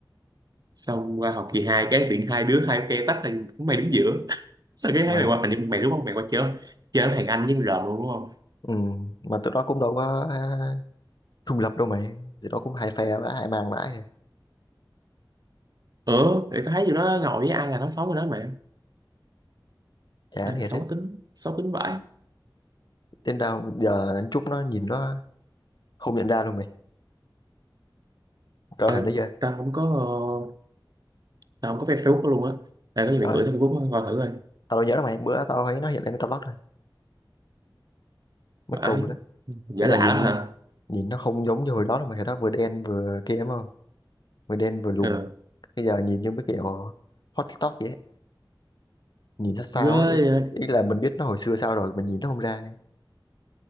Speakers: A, on the right; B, on the left.
A: xong qua học kỳ 2 cái tiện hai đứa hai phe tách thành mày đứng giữa <laughs> sao cái
B: mà
A: thấy mày qua hình như mày đúng không mày qua chơi chơi với thằng Anh với con rợm luôn đúng không
B: ừ, mà tụi nó cũng đâu có à, trung lập đâu mày tụi nó cũng hai phe và hai mang vãi rồi
A: ừ để tao thấy tụi nó ngồi với ai là nó xấu rồi đó mày
B: chán
A: ai mà
B: thiệt
A: xấu
B: đấy
A: tính xấu tính vãi
B: đến đâu giờ chút nó nhìn nó không nhận ra luôn mày coi
A: ơi
B: hình nó chưa
A: tao không có ờ, tao không có Facebook đó luôn á tao có gì
B: trời
A: mày gửi
B: ơi,
A: tao Facebook coi thử coi
B: tao đâu nhớ đâu mày bữa tao thấy nó hiện lên tao lót rồi mất
A: vãi
B: công lắm
A: giả
B: ý là
A: lạ
B: nhìn
A: lắm hả
B: nhìn nó không giống như hồi đó đâu mày hồi đó vừa đen vừa kia mà mới đen vừa lùn,
A: ừ
B: bây giờ nhìn như mấy kiểu hot TikTok vậy ấy. nhìn sao sao
A: ghê
B: ấy ý,
A: vậy.
B: ý là mình biết nó hồi xưa sao rồi mình nhìn nó không ra